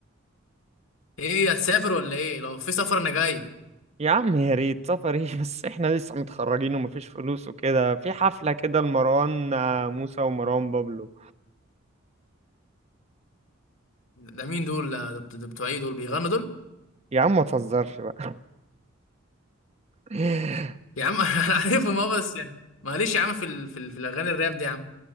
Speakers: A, on the left (about 75°); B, on the right (about 30°).
A: ايه هتسافر ولا ايه لو في سفر انا جاي
B: يا عم يا ريت سفر ايه <laughs> بس احنا لسه متخرجين ومفيش فلوس وكده في حفلة كده لمروان آه، موسى ومروان بابلو
A: ده مين دول ده بت- ده بتوع ايه دول بيغنوا دول
B: يا عم ما تهزرش بقى <laughs>
A: يا عم <laughs> انا عارفهم اه بس يعني معلش يا عم في ال... في, ال... في الاغاني الراب دي يا عم